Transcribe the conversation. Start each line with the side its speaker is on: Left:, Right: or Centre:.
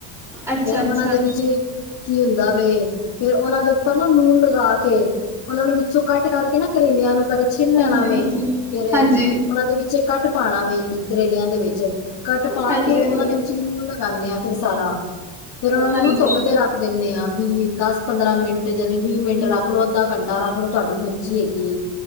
Centre: ਅੱਛਾ
Left: ਫੇਰ ਓਨਾਂ
Centre: ਅੱਛਾ
Left: ਦੇ ਵਿਚ ਕੀ ਹੁੰਦਾ ਵੇ, ਫੇਰ ਓਨਾਂ ਤੋ ਉਪਰ ਨਾ ਨੂਨ ਲਗਾ ਕੇ, ਓਨਾਂ ਨੂੰ ਵਿੱਚੋਂ ਕਾੱਟ ਕਰਕੇ, ਨਾ ਕਰੇਲੇਆਂ ਨੂੰ ਪਰੇ ਛਿੱਲ ਲੈਣਾ
Centre: ਹਾਂਜੀ
Left: ਵੇ,
Centre: ਹਾਂਜੀ
Left: ਫੇਰ
Centre: ਹਾਂਜੀ
Left: ਓਨਾਂ ਦੇ ਵਿੱਚੇ ਕਟ ਪਾਣਾ ਵੇ, ਕਰੇਲੇਆਂ ਦੇ ਵਿਚ ਕੱਟ ਪਾ
Centre: ਹਾਂਜੀ
Left: ਕੇ, ਓਨਾ ਦੇ
Centre: ਹਾਂਜੀ
Left: ਵਿਚ ਨੂਨ ਲਗਾਂਨੇ ਆਂ ਫਿਰ ਸਾਰਾ, ਫੇਰ ਓਨਾ ਨੂੰ
Centre: ਹਾਂਜੀ
Left: ਨਾ ਧੁੱਪ ਤੇ ਰੱਖ ਦਿੱਨੇ ਆਂ ਵੀਹ, ਦੱਸ, ਪੰਦਰਾਂ ਮਿੰਟ ਜਿਵੇਂ, ਵੀਹ ਮਿੰਟ ਰੱਖ ਲੋ, ਅੱਧਾ ਘੰਟਾ ਰੱਖ ਲੋ ਤੁਹਾਂਡੀ ਮਰਜ਼ ਜੀ ਹੈਗੀ